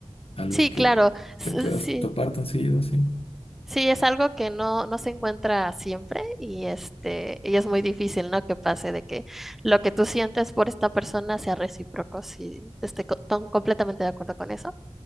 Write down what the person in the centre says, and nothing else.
sí,
claro, s-
sí.
Sí, es algo que no, no se encuentra siempre y este, y es muy difícil, ¿no? Que pase de que lo que tú sientes por esta persona sea recíproco, si estoy co- ton- completamente de acuerdo con eso.